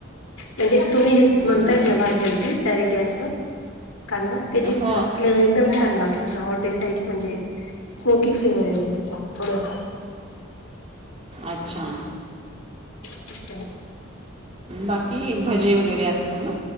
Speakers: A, on the left; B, on the right.
A: म्हणजे तुम्ही जे म्हणतायत
B: अच्छा
A: ना भाजल्याची डायरेक्ट गॅसवर कांदा त्याची
B: हां
A: फ्लेवर एकदम छान लागतो असा हॉटेल टाईप म्हणजे स्मोकी फ्लेवर येतो त्याचा थोडसा.
B: अच्छा.
A: अच्छा.
B: बाकी भजी वगैरे असतील ना.